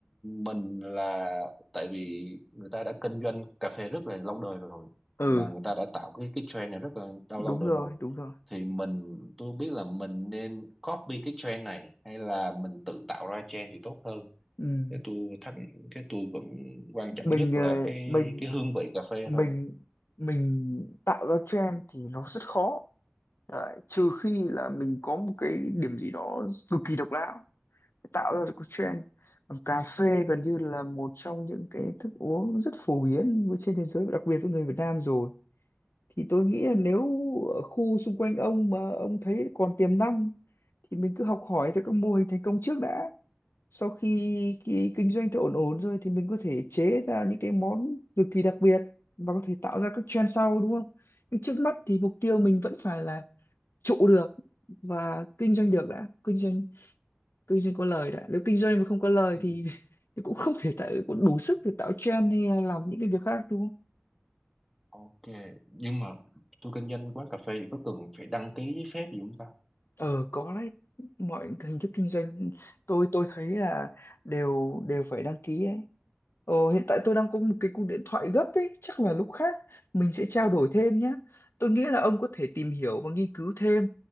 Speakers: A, in the centre; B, on the left.
A: mình là tại vì người ta đã kinh doanh cà phê rất là lâu đời rồi
B: ừ
A: là người ta đã tạo cái cái trend này rất là lâu
B: đúng
A: lâu đời
B: rồi
A: rồi
B: đúng rồi.
A: thì mình tôi không biết là mình nên copy cái trend này hay là mình tự tạo ra trend thì tốt hơn
B: Ừ.
A: cái tôi thắc cái tôi vẫn quan
B: Mình
A: trọng nhất là
B: ờ,
A: cái
B: mình
A: cái hương vị cà phê
B: mình
A: thôi
B: mình tạo ra trend thì nó rất khó. Đấy, trừ khi là mình có một cái điểm gì đó cực kỳ độc đáo tạo ra được cái trend còn cà phê gần như là một trong những cái thức uống rất phổ biến với- trên thế giới và đặc biệt với người Việt Nam rồi thì tôi nghĩ là nếu ở khu xung quanh ông mà ông thấy còn tiềm năng thì mình cứ học hỏi theo các mô hình thành công trước đã sau khi cái kinh doanh thì ổn ổn rồi thì mình có thể chế ra những cái món cực kỳ đặc biệt và có thể tạo ra các trend sau đúng không nhưng trước mắt thì mục tiêu mình vẫn phải là trụ được và kinh doanh được đã kinh doanh kinh doanh có lời đã nếu kinh doanh mà không có lời
A: ừ,
B: thì, <laughs> thì cũng không thể tạo cũng đủ sức để tạo trend hay là làm những cái việc khác đúng không
A: ok nhưng mà tôi kinh doanh quán cà phê thì có cần phải đăng ký giấy phép gì không ta
B: ờ có đấy mọi hình thức kinh doanh tôi tôi thấy là đều đều phải đăng ký ấy ờ, hiện tại tôi đang có một cái cuộc điện thoại gấp ấy chắc là lúc khác mình sẽ trao đổi thêm nhé tôi nghĩ là ông có thể tìm hiểu và nghiên cứu thêm